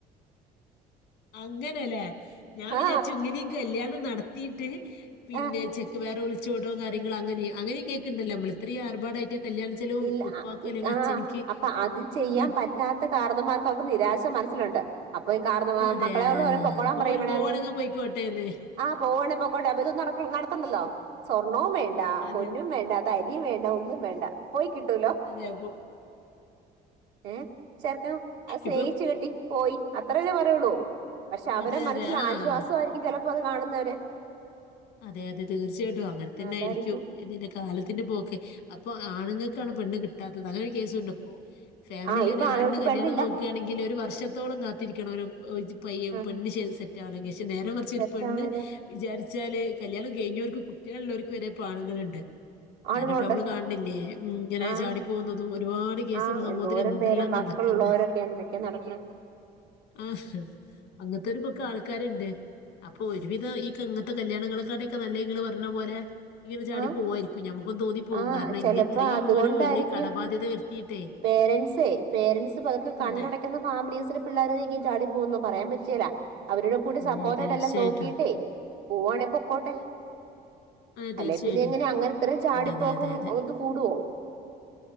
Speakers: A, on the left; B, on the right.
A: അങ്ങനെലേ ഞാ വിചാര്ച്ചു
B: ആ
A: ഇങ്ങനീം കല്യാണം. നടത്തിയിട്ട് പിന്നെ
B: ആ,
A: ചെക്ക് വേറെ ഒളി ച്ചോടോ കാര്യങ്ങള് അങ്ങനെയും അങ്ങനിം കേക്ക്ണ്ടല്ലോ മ്മള് ഇത്രയും ആർഭാടായിട്ട് കല്യാണ ചെലവും
B: ഇല്ല
A: ഉപ്പാക്കും
B: അ
A: അല്ലെങ്കിൽ
B: ആഹ്
A: അച്ഛനിക്ക്
B: അപ്പ അത് ചെയ്യാൻ
A: ഈ
B: പറ്റാത്ത കാരണമാർക്ക് അവർക്ക് നിരാശ മനസ്സിലുണ്ട് അപ്പ കാരണം
A: അതെ
B: മക്കളോട് പറയും പൊക്കോളാൻ
A: അപ്പൊ
B: പറയ
A: ഒരു
B: വേണേ
A: പോവാണെങ്കിൽ
B: എറങ്ങി
A: പോയിക്കോട്ടെ എന്ന്
B: ആഹ് പോവണെ പൊക്കോണ്ടേ അപ്പ ഇതൊന്നും നടത്തണ്ടല്ലോ സ്വർണോം വേണ്ട
A: അതെ
B: പൊന്നും വേണ്ട ത <unintelligible> വേണ്ട ഒന്നും വേണ്ട പോയി കിട്ടൂലോ
A: അതെ അപ്പൊ
B: ഏഹ് ചെറക്കൻ അത് സ്നേഹിച്ച്
A: ഇപ്പൊ
B: കെട്ടി പോയി അത്രല്ലെ പറയുള്ളൂ പക്ഷെ അവരെ
A: അതെ
B: മനസ്സിൽ
A: അതെ ആ
B: ആശ്വാസവായിരിക്കും ചെലപ്പത് കാണുന്നവരെ
A: അതെ അതെ തീർച്ചയായിട്ടും അങ്ങനെ തന്നെ
B: അതായിരിക്കും
A: ആയിരിക്കും ഇതിന്റെ കാലത്തിന്റെ പോക്കെ അപ്പൊ ആണുങ്ങൾക്കാണ് പെണ്ണ് കിട്ടാത്തത് അങ്ങനെ ഒരു കേസുണ്ട് ഇപ്പോ ഫാമിലി
B: ആ ഇപ്പൊ
A: ഒരു
B: ആളുകൾക്ക്
A: ആണിന് കല്യാണം
B: പെണ്ണില്ല
A: നോക്കുകയാണെങ്കില് ഒരു വർഷത്തോളം കാ രിക്കണ ഒരു പയ്യെ
B: ആ
A: പെണ്ണ് സെറ്റ് ആണെങ്കി പക്ഷെ നേരമറിച്ചൊരു
B: തെറ്റാണല്ലേ
A: പെണ്ണ് വിചാരി ച്ചാല് കല്യാണം കഴിഞ്ഞവർക്ക് കുട്ട്യാള് ഉള്ളവർക്ക് വരെ ഇപ്പാണുങ്ങളുണ്ട് കാരണം
B: ആണുങ്ങളുണ്ട്
A: ഇപ്പൊ നമ്മള് കാണണില്ലേ ഇങ്ങനെ
B: ആ
A: ചാടിപ്പോകുന്നതും ഒരുപാട് കേസ്
B: ആ
A: ഇപ്പ സമൂഹത്തിൽ
B: എന്തോരം
A: എന്തെല്ലാം
B: പേരാ മക്കളുള്ളവരൊക്കെ
A: നടക്കുന്ന,
B: എന്തൊക്കെയാ നടക്കണം
A: ആഹ അങ്ങത്തോര്ക്കൊക്കെ ആൾക്കാരുണ്ട് അപ്പൊ ഒരുവിധം ഈ കങ്ങ കല്യാണങ്ങളെക്കാട്ടൊക്കെ നല്ലത് ഇങ്ങള് പറഞ്ഞ പോലെ ഇങ്ങനെ ചാടി
B: ആഹ്
A: പോവായിരിക്കും ഞമ്മക്കും തോന്നിപ്പോവും
B: ആ
A: കാരണം
B: ചെലപ്പോ
A: ഇങ്ങ ഇത്രയും
B: അതുകൊണ്ടായിരിക്കും
A: ഒരു വലിയ കടബാധ്യത വരുത്തിയിട്ടേ
B: പേരൻറ്സേ പേരൻസ് പതുക്കെ കണ്ണടക്കുന്ന
A: അതെ
B: ഫാമിലീസില് പിള്ളേരനേക്കും ചാടി പോകുന്നു പറയാൻ പറ്റിയേല അവരുടെ കൂടെ
A: ഉം
B: സപ്പോർറ്റായിട്ടെ
A: തീർച്ചയായിട്ടും
B: എല്ലാം നോക്കിട്ടേ- പോവാണെ പൊക്കോട്ടെ
A: അതെ
B: അല്ലെ
A: തീർച്ചയായിട്ടും
B: പിന്നെ എങ്ങനെ അങ്ങനെ ഇത്രയും ചാടിപ്പോക്കും
A: അതെ അതെ അതെ അതെ
B: ഒത് കൂടുവോ